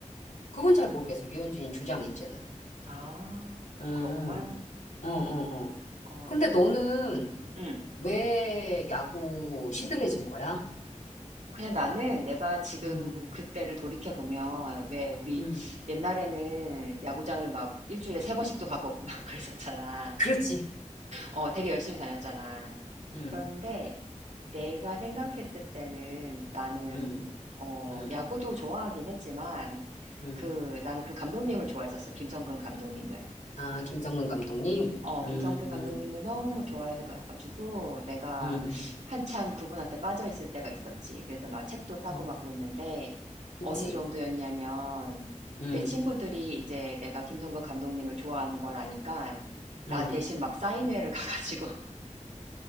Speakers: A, on the left; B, on the right.
A: 그건 잘 모르겠어. 류현진이 주장인지는.
B: 아,
A: 응
B: 그렇구만.
A: 응, 응, 응.
B: 어,
A: 근데 너는
B: 음.
A: 왜 야구 시들해진 거야?
B: 그냥 나는 내가 지금
A: 응.
B: 그때를 돌이켜보면, 왜 우리
A: 응
B: 옛날에는 야구장을 막 일주일에 세 번씩도 가고 <laughs> 막 그랬었잖아.
A: 그렇지.
B: 어, 되게 열심히 다녔잖아.
A: 응.
B: 그런데 내가 생각했을 때는 나는,
A: 응
B: 어,
A: 응
B: 야구도 좋아하긴 했지만,
A: 응
B: 그, 나는 그 감독님을 좋아했었어. 김성근 감독님을.
A: 아, 김성근 감독님?
B: 어
A: 응.
B: 김성근 감독님을
A: 응
B: 너무 좋아해 가 가지고 내가
A: 응
B: 한참 그분한테 빠져 있을 때가 있었지. 그래서 막 책도 사고
A: 응
B: 막 그랬는데
A: 그치.
B: 어느 정도였냐면
A: 응.
B: 내 친구들이 이제 내가 김성근 감독님을 좋아하는 걸 아니까
A: 응
B: 나 대신 막 사인회를 <laughs> 가 가지고